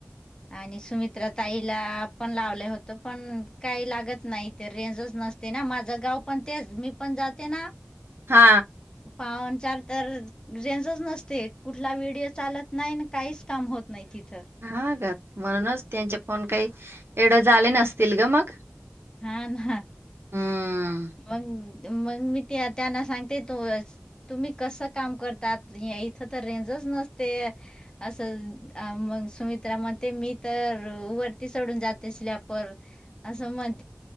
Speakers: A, on the left (about 20°); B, on the right (about 75°).
A: आणि सुमित्रा ताईला पण लावले होत पण काही लागत नाही ते रेंजच नसतं ना माझं गाव पण तेच मी पण जाते ना
B: हा
A: पावन चार तर रेंजच नसते, कुठला व्हिडिओ चालत नाही, न काहीच काम होत नाही तिथे
B: हा बग म्हणूनच त्यांचे फोन काही एवढ झाले नसतील ग मग
A: हा ना
B: हम्म.
A: मंग मग मी ते त्यांना सांगते त तुम्ही कसं काम करतात?.. इथं तर रेंजच नसते अस मग सुमित्रा म्हणते मी तर वरती चढून जाते स्लॅपवर अस म्हण